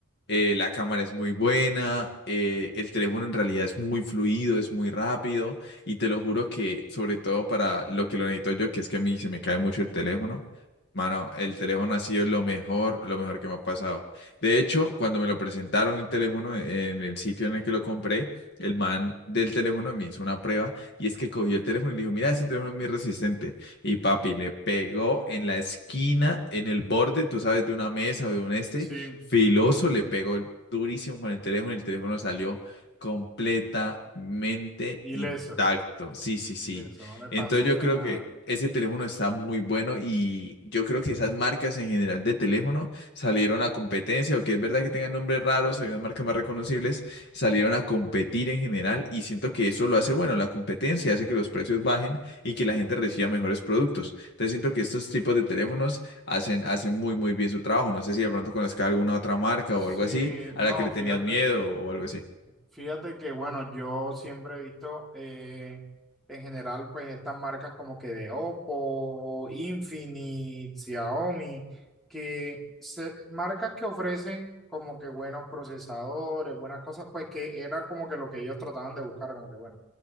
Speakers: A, on the left; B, in the centre.
A: eh, la cámara es muy buena, eh, el teléfono en realidad es muy fluido, es muy rápido y te lo juro que sobre todo para lo que lo necesito yo, que es que a mí se me cae mucho el teléfono, mano, el teléfono ha sido lo mejor, lo mejor que me ha pasado. De hecho, cuando me lo presentaron el teléfono en el sitio en el que lo compré, el man del teléfono me hizo una prueba y es que cogió el teléfono y le dijo, mira, este teléfono es muy resistente. Y papi, le pegó en la esquina, en el borde, tú sabes, de una mesa o de un este
B: Sí,
A: Filoso le pegó durísimo con el teléfono y el teléfono salió completamente intacto.
B: ileso,
A: Sí, sí,
B: ileso,
A: sí.
B: no le
A: Entonces
B: pasó,
A: yo
B: fue
A: creo
B: nada.
A: que ese teléfono está muy bueno y yo creo que esas marcas en general de teléfono salieron a competencia, aunque es verdad que tengan nombres raros, hay unas marcas más reconocibles, salieron a competir en general y siento que eso lo hace bueno, la competencia hace que los precios bajen y que la gente reciba mejores productos. Entonces siento que estos tipos de teléfonos hacen, hacen muy, muy bien su trabajo. No sé si de pronto conozca alguna otra marca o
B: Sí,
A: algo así, a
B: no,
A: la que le tenías
B: fíjate.
A: miedo o algo así.
B: Fíjate que, bueno, yo siempre he visto eh, en general, pues estas marcas como que de Oppo, Infinite, Xiaomi, que se- marcas que ofrecen como que buenos procesadores, buenas cosas, pues que era como que lo que ellos trataban de buscar, como que bueno